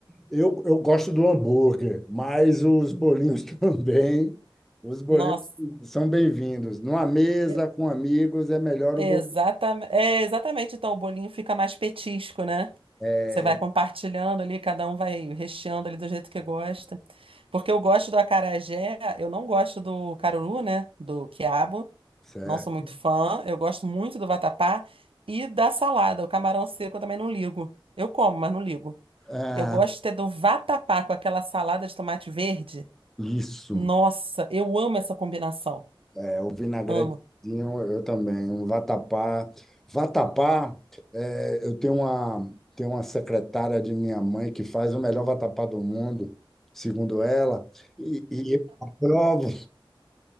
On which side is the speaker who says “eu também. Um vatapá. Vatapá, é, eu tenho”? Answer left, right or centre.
Centre